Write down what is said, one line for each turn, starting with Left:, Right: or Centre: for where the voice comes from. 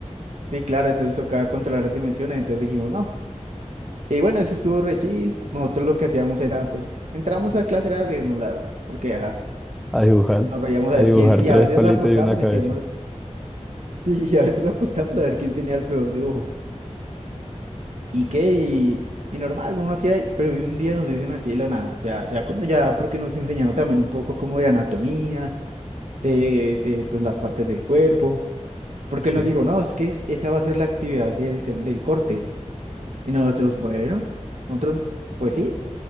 Right: Sí, claro, entonces tocaba controlar las dimensiones, entonces dijimos no. Y bueno, eso estuvo re chill. Nosotros lo que hacíamos era, pues, entramos a clase era reírnos, la verdad, porque ajá,
Centre: A dibujar,
Right: nos reíamos
Centre: a
Right: a ver
Centre: dibujar
Right: quién, y
Centre: tres
Right: a veces
Centre: palitos
Right: apostábamos,
Centre: y una cabeza.
Right: decíamos, <laughs> sí, y a veces apostábamos a ver quién tenía el peor dibujo. ¿Y qué? Y, y normal, uno hacía, pero un día nos dicen así de la nada, o sea, ya cuando ya, porque nos enseñaron también un poco como de anatomía, de, de, pues las partes del cuerpo, porque
Centre: Sí,
Right: él nos dijo, no, es que esa va a ser la actividad del, sem- del corte, y nosotros, bueno, nosotros, pues sí,